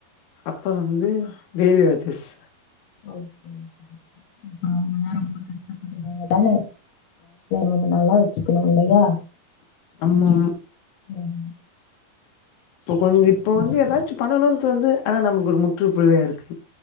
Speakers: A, on the left (about 70°); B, on the left (about 85°).
A: அப்பா வந்து வேரிஆதிஸ்
B: ஓகே ஓகே அவங்களே ரொம்ப கஷ்டப்படுவாங்க தானே நம்ம நல்லா வச்சுக்கணு இல்லயா
A: ஆமா
B: ம்
A: இப்ப கொஞ்சோ இப்ப வந்து எதாச்சு பண்ணணுனு தோணுது ஆனா நமக்கு ஒரு முற்றுப்புள்ளியா இருக்குது